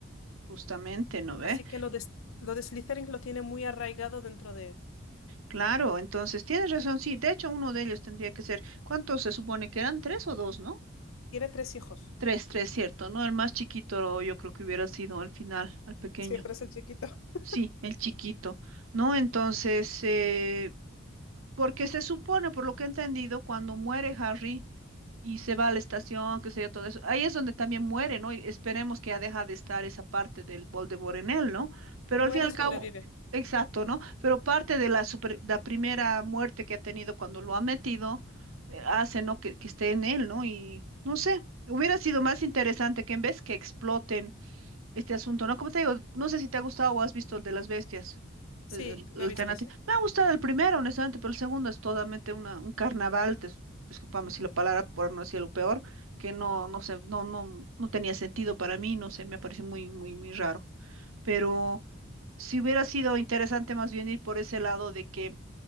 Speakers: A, on the right (about 85°); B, on the left (about 80°).
A: justamente, ¿no ve?
B: Así que lo de, S- lo de Slytherin lo tiene muy arraigado dentro de él.
A: Claro, entonces tienes razón, sí, de hecho uno de ellos tendría que ser, ¿cuántos se supone que eran? ¿Tres o dos, no?
B: Tiene tres hijos.
A: Tres, tres, cierto, ¿no? El más chiquito yo creo que hubiera sido al final, al pequeño.
B: Siempre es el chiquito. <laughs>
A: Sí, el chiquito, ¿no? Entonces, eh, porque se supone, por lo que he entendido, cuando muere Harry y se va a la estación, qué sé yo, todo eso, ahí es donde también muere, ¿no? Y esperemos que ya deja de estar esa parte del Voldemort en él, ¿no? Pero
B: Muere
A: al fin y al
B: y sobrevive.
A: cabo, Ujú. exacto, ¿no? Pero parte de la, super- la primera muerte que ha tenido cuando lo ha metido, eh, hace, ¿no? Que, que esté en él, ¿no? Y no sé, hubiera sido más interesante que en vez que exploten este asunto, ¿no? Como te digo, no sé si te ha gustado o has visto el de las bestias,
B: Sí,
A: el, el- Sí,
B: lo
A: el
B: he
A: alternativo.
B: visto, sí.
A: Me ha gustado el primero, honestamente, pero el segundo es totalmente una, un carnaval, dis- discúlpame si la palabra, por no decir lo peor, que no, no sé, no, no, no tenía sentido para mí, no sé, me parece muy, muy, muy raro. Pero si hubiera sido interesante más bien ir por ese lado de que